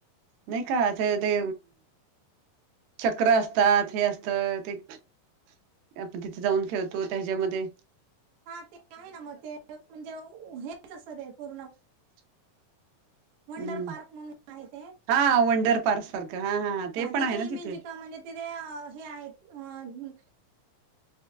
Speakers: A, on the right (about 85°); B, on the right (about 65°).
A: नाही का ते ते? चक्र असतात, हे असतात. तर ते आपण तिथे जाऊन खेळतो त्याच्यामध्ये
B: हा ते आहे ना, मग ते म्हणजे ओ हेच असत ते पूर्ण
A: <inaudible>
B: वंडर
A: हम्म
B: पार्क म्हणून आहे ते
A: हा वंडर पार्क सारखं, हा हा ते पण
B: तिथे
A: आहे ना
B: इमेजिका
A: तिथ
B: म्हणजे तिथे आ हे आहेत ह न